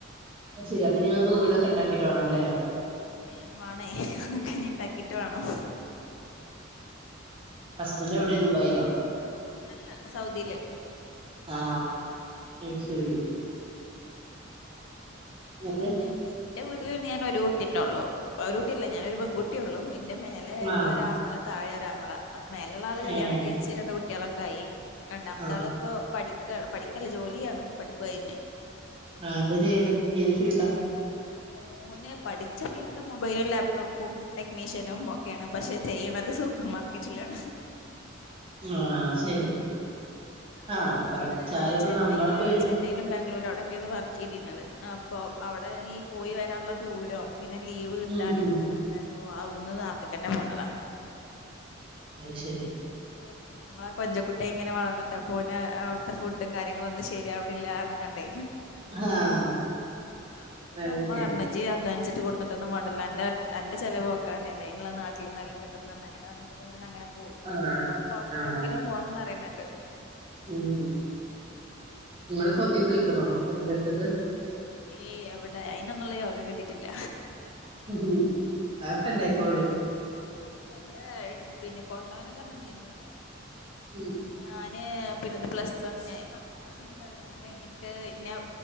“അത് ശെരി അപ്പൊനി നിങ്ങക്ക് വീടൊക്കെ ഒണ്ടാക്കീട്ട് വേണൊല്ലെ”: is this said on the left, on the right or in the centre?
Right